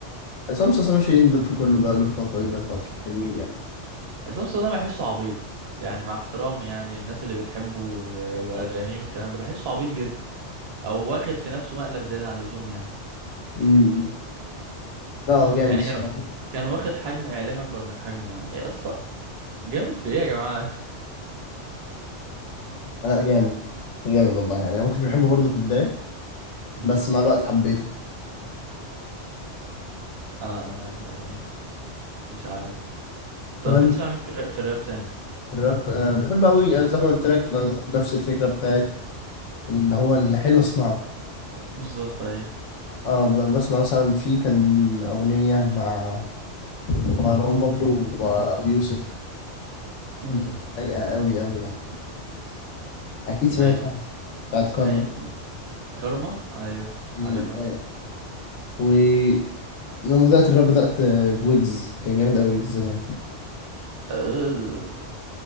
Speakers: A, on the left; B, on the right.
A: عصام صاصا ماشي يندب في كله بقاله الفتره دي بقى الفتره حلوين يعني
B: عصام صاصا ده بحسه عبيط يعني مع احترامي يعني الناس اللي بتحبه و- واغانيه والكلام ده بحسه عبيط جدا او واخد في نفسه مقلب زياده عن اللزوم يعني
A: مم. لا هو جامد
B: يعني
A: الصراحه
B: كان كان واخد حجم اعلامي اكبر من حجمه يعني يا اسطى جامد في ايه يا جماعه
A: آه جامد جامد والله يعني انا ممكن بحبه برضه في البدايه
B: <laughs> مم.
A: بس مع الوقت حبيته
B: انا انا يعني مش عارف طب
A: كمان
B: بتسمع مين في الراب, في الراب تاني
A: الراب آه بحب قوي آه، زي ما قلت لك أنا نفس الفكره بتاعت اللي هو الحلو اسمعه
B: بالظبط ايوه
A: اه ب- بسمع مثلا في كان اغنيه مع مروان بابلو وابي يوسف
B: امم
A: دي كانت رايقه قوي قوي يعني اكيد سمعتها
B: ايوه
A: بتاعت
B: اسمها
A: كارما
B: ايه كارما ايوه
A: دي
B: عارفها
A: رايقه ولما بدات الراب بدات آه، بويجز كان جامد قوي ويجز زمان
B: أه،